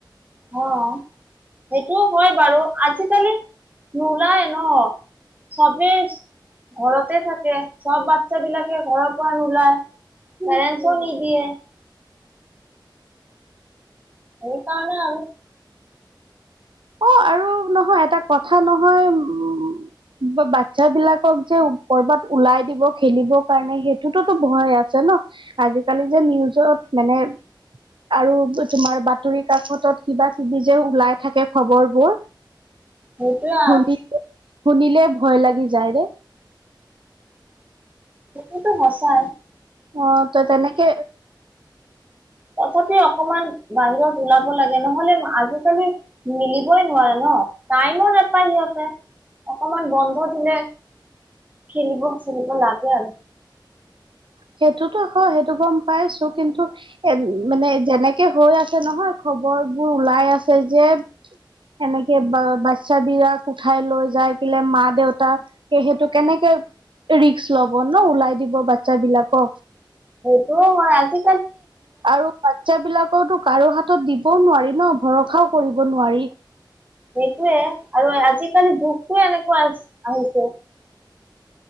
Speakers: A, on the right; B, on the right.
A: <inaudible>
B: অ সেইটোও হয় বাৰু, আজিকালি নোলায় ন। চবেই ঘৰতে থাকে, চব বাচ্ছাবিলাকে ঘৰৰ পৰা নোলায়। পেৰেঞ্চও নিদিয়ে। সেইকাৰণে আমি
A: অ', আৰু নহয় এটা কথা নহয় উম ব বাচ্ছা বিলাকক যে কৰ'বাত ওলাই দিব খেলিবৰ কাৰণে, সেইটোটো ভয় আছে ন। আজিকালি যে নিউজত মানে আৰু তোমাৰ বাতৰি কাকতত কিবা কিবি যে ওলাই থাক কে খবৰবোৰ,
B: সেইটোৱে আৰু
A: শুনি শুনিলে ভয় লাগি যায় ৰে।
B: সেইটোতো সঁচা।
A: অ', ত' তেনেকে
B: তথাপিও অকমান বাহিৰত ওলাব লাগে, নহ'লে আজিকালি মিলিবই নোৱাৰে ন, টাইমো নাপায় সিহঁতে। অকমান বন্ধ দিলে, খেলিব চেলিব লাগে আৰু।
A: সেইটোতো হয়, সেইটো গম পাইছো, কিন্তু এ মানে যেনেকে হৈ আছে নহয়, খবৰবোৰ ওলাই আছে যে এনেকে বা বাচ্ছাবিলাক উঠাই লৈ যাই কেলে মা দেউতাক সেই সেইটো কেনেকে ৰিক্স ল'ব ন, ওলাই দিব বাচ্ছা বিলাকক।
B: সেইটোও হয়, আজি
A: আৰু বাচ্ছাবিলাকওতো কাৰো হাতত দিবও নোৱাৰি ন, ভৰসাও কৰিব নোৱাৰি।
B: সেইটোয়ে আৰু আজিকালি যুগটোৱে এনেকুৱা আহি আহিছে।